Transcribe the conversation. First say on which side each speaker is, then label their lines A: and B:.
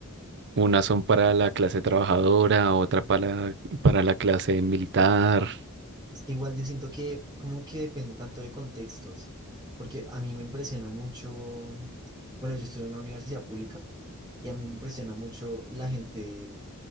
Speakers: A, on the right (about 50°); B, on the right (about 20°).
A: unas son para la clase trabajadora, otra para, para la clase militar.
B: Es que Igual yo siento que como que depende tanto de contextos, porque a mí me impresiona mucho, bueno, yo estudio en una universidad pública y a mí me impresiona mucho la gente